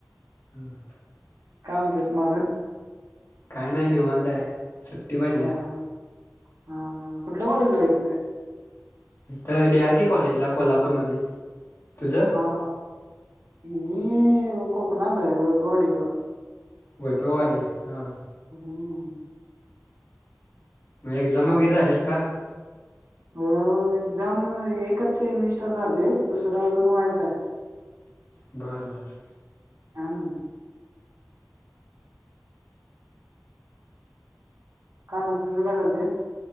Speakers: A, on the left; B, on the right.
A: हम्
B: काय म्हणतयस माजून
A: काय नाही निवांताय सुट्टी पडल्या
B: हा हा हा कुठल्या कॉलनला येतस
A: तर डी आर के कॉलेजला कोल्हापूरमध्ये तुझं
B: हा हा मी कोकणात आहे गवाडीला
A: वू वाडी हा
B: हम्म
A: मग एक्झाम
B: काय
A: वगैरे झालीत
B: कास
A: का
B: म एक्झाम एकच सेमिस्टर झाले दुसर अजून व्हायच आहे
A: बारं बार
B: हम काय मग तुझं काय चालते